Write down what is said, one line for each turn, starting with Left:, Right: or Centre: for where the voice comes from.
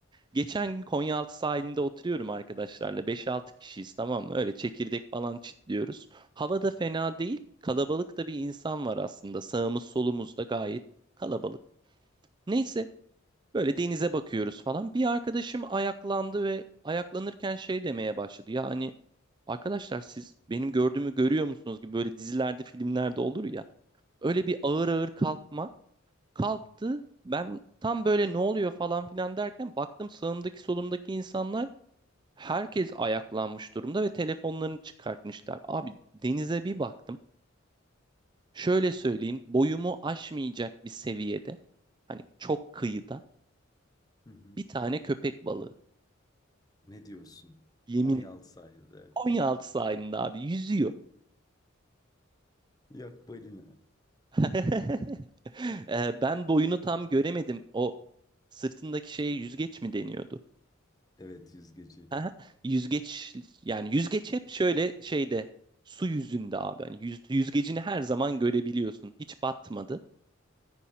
Right: Geçen gün Konyaaltı sahilinde oturuyorum arkadaşlarla. Beş altı kişiyiz tamam mı? Öyle çekirdek falan çitliyoruz. Hava da fena değil. Kalabalık da bir insan var aslında. Sağımız solumuz da gayet kalabalık. Neyse böyle denize bakıyoruz falan. Bir arkadaşım ayaklandı ve ayaklanırken şey demeye başladı. Yani Arkadaşlar siz benim gördüğümü görüyor musunuz gibi böyle dizilerde, filmlerde olur ya. Öyle bir ağır ağır kalkma. Kalktı. Ben tam böyle ne oluyor falan filan derken baktım sağımdaki solumdaki insanlar herkes ayaklanmış durumda ve telefonlarını çıkartmışlar. Abi denize bir baktım. Şöyle söyleyeyim, boyumu aşmayacak bir seviyede. Hani çok kıyıda
Left: Hı hı.
Right: bir tane köpek balığı.
Left: Ne diyorsun?
Right: Yemin
Left: Konyaaltı sahilde.
Right: Konyaaltı sahilinde abi yüzüyor.
Left: Yok balina.
Right: <laughs> Ee, ben boyunu tam göremedim. O Sırtındaki şeye yüzgeç mi deniyordu?
Left: Evet yüzgeci.
Right: Aha, Yüzgeç yani yüzgeç hep şöyle şeyde su yüzünde abi. Hani yüz- yüzgecini her zaman görebiliyorsun. Hiç batmadı.